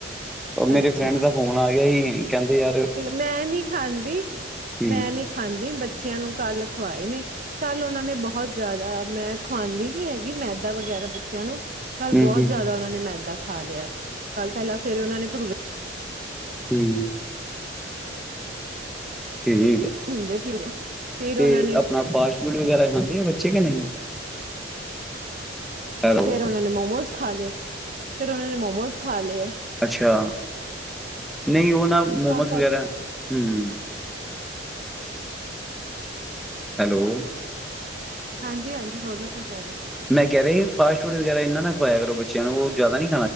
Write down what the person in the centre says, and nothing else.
ਉਹ ਮੇਰੇ
ਫਰੈਂਡ ਦਾ ਫੋਨ ਆ ਗਿਆ ਸੀ ਕਹਿੰਦੇ ਯਾਰ
ਹਮ
ਹਮ
ਹਮ
ਹੂੰ, ਠੀਕ ਹੈ,
ਤੇ
ਆਪਣਾ ਫਾਸਟ ਫੂਡ ਵਗੈਰਾ ਜਾਂਦੇ ਆ ਬੱਚੇ ਕਿ ਨਹੀਂ ਹੈਲੋ
ਅੱਛਾ ਨਹੀਂ ਉਹ ਨਾ ਮੋਮੋਸ
ਵਗੈਰਾ ਹਮ ਹੈਲੋ,
ਮੈਂ ਕਹਿ ਰਹੀ ਸੀ ਫਾਸਟ ਫੂਡ ਵਗੈਰਾ ਇਨਾਂ ਨਾ ਖਵਾਇਆ ਕਰੋ, ਬੱਚਿਆਂ ਨੂੰ ਉਹ ਜ਼ਿਆਦਾ ਨੀ